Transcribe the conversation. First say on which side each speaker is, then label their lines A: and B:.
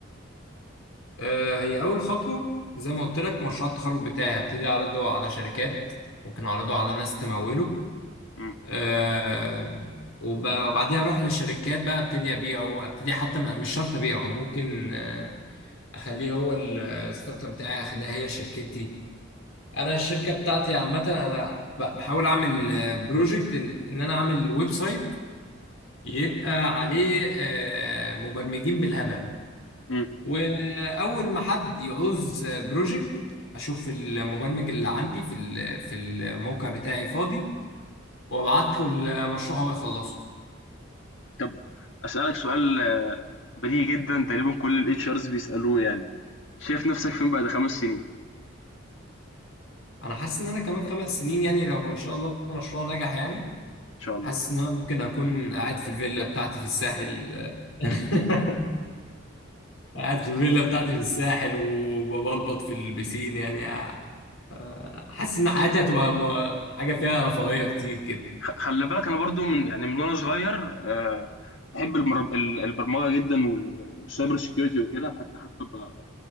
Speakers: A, on the left (about 80°); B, on the left (about 65°).
A: آه، هي أول خطوة زي ما قلت لك مشروع التخرج بتاعي هبتدي أعرضه على شركات ممكن أعرضه على ناس تموله
B: إمم،
A: آه، وب- وبعديها أروح للشركات بقى أبتدي أبيعه أبتدي حتى م- مش شرط أبيعه ممكن آه، أخليه هو ال- الستارت اب بتاعي أخليها هي شركتي انا الشركه بتاعتي عامه انا ب- بحاول اعمل بروجكت ان إن انا اعمل ويب سايت يبقى عليه آه، مبرمجين بالهبل
B: إمم.
A: واول ما حد يعوز بروجكت اشوف المبرمج اللي عندي في ال- في الموقع بتاعي فاضي وابعت له المشروع هو يخلصه
B: طب أسألك سؤال آه، بديهي جدًا تقريبًا كل الHRs بيسألوه يعني، شايف نَفْسك فين بعد 5 سنين؟ إن
A: انا حاسس ان انا كمان خمس سنين يعني لو ان شاء الله المشروع نجح يعني
B: شاء الله
A: حاسس
B: يا رب.
A: ان انا ممكن اكون قاعد في الفيلا بتاعتي في الساحل <laughs> قاعد في الفيلا بتاعتي في الساحل وببلبط في البسين يعني آه، حاسس ان حياتي هتبقى م- حاجه فيها رفاهيه كتير كده
B: خ خلّي بالك أنا برضه من يعني من وأنا صغير آآ باحب المر ال البرمجة جدًا وال والcyber security وكده، حتى حابب